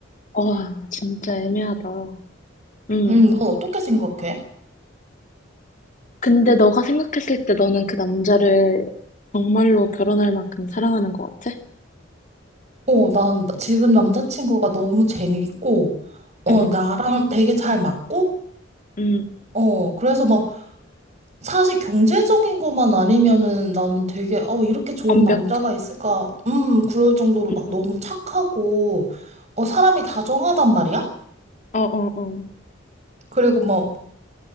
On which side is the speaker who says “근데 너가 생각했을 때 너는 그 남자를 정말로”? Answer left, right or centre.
Left